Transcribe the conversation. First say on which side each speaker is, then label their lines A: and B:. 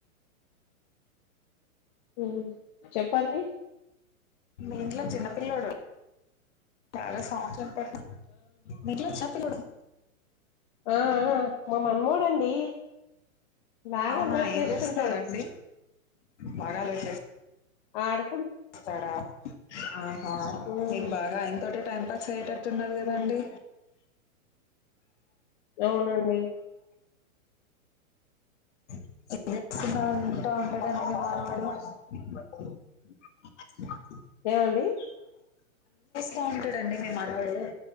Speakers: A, on the left (about 30°); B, on the left (about 55°).
A: ఉమ్మ్ చెప్పండి.
B: మీ ఇంట్లో చిన్నపిల్లోడు చానా సౌండ్ వస్. మీ ఇంట్లో చిన్న పిల్లోడ్.
A: ఆహ్ ఆహ్ మా మన్మడండి బాగా
B: అవునా
A: అల్లరి
B: ఏం
A: చేస్తుంటాడు.
B: చేస్తున్నాడండి బాగా అల్లరి చేస్.
A: ఆడు.
B: స్తాడా ఆహా
A: హ్మ్
B: మీకు బాగా ఆయన తోటే టైం పా స్ అయ్యేట ట్టున్నారు గదండి
A: హ్మ్ అవునండి
B: <inaudible> నా వెంటా ఉంటడండి మనుమడు <unintelligible>
A: ఏవండి
B: తాంటడు ఏంటండీ మీ మనుమడు